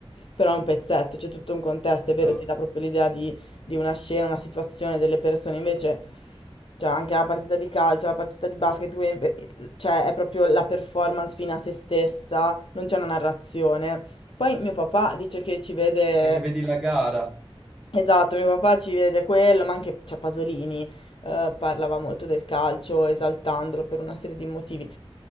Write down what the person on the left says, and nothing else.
però è un pezzetto, c'è tutto un contesto,
è vero, ti dà proprio l'idea di di una scena, una situazione, delle persone. Invece, cioè, anche la partita di calcio, la partita di basket, quindi, beh, cioè, è proprio la performance fine a se stessa, non c'è una narrazione. Poi mio papà dice che ci vede,
esatto, mio papà ci vede quello, ma anche, cioè, Pasolini, eh, parlava molto del calcio, esaltandolo per una serie di motivi.